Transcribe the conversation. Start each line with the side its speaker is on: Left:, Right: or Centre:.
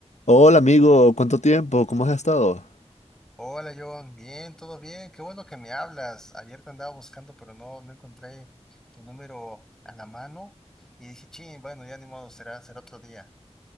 Left: Hola amigo, ¿cuánto tiempo? ¿Cómo has estado?
Centre: Hola John, bien, todo bien, qué bueno que me hablas. Ayer te andaba buscando, pero no, no encontré tu número a la mano y dije, ching, bueno, ya ni modo, será, será otro día.